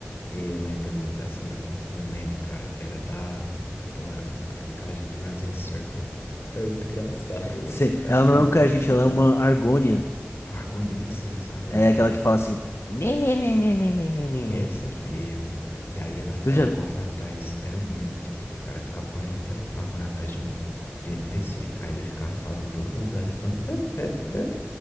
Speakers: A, on the left (about 55°); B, on the left (about 75°).
A: E eu lembro muito assim ó, de um meme, cara, que era da, daquela, daquele cara, a gente runs in circle. É muito engraçado, velho.
B: Se-
A: Vai
B: ela
A: ficando.
B: não é o
A: "Nhi,
B: Khajiit,
A: nhi, nhi,
B: ela é uma
A: nhi,
B: Argonian.
A: nhi". Argonia, isso, isso, Argonia.
B: É aquela que fala assim. "Nê, nê, nê, nê, nê, nê, nê, nê,
A: Essa
B: nê, nê, nê."
A: mesmo. E aí ela ficava
B: Tu já,
A: correndo atrás. Era um meme, tipo, o cara ficava correndo, ela ficava correndo atrás de um, de um NPC. Aí ele ficava falando todo bugado, ele falando. "Hé, hé, hé,